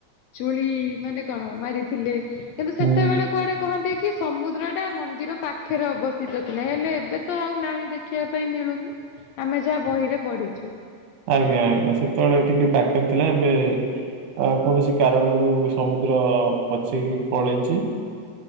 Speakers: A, on the left; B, on the right.
A: ଚୁଳି ମାନେ କଣ ମାରିଥିଲେ କିନ୍ତୁ
B: ହୁଁ
A: ସେତେବେଳେ କୁଆଡେ କହନ୍ତି କି ସମୁଦ୍ର ଟା ମନ୍ଦିର ପାଖରେ ଅବସ୍ଥିତ ଥିଲା ହେଲେ ଏବେ ତ ଆଉ ନାହିଁ ଦେଖିବା କାଇଁ ମିଳୁନି। ଆମେ ଯାହା ବହିରେ ପଢିଚୁ।
B: ଆଜ୍ଞା ଆଜ୍ଞା ସେତେବେଳେ ଟିକେ ପାଖରେ ଥିଲା ଏବେ ଅ କୌଣସି କାରଣରୁ ସମୁଦ୍ର ପଛେଇ ପଳେଇଚି।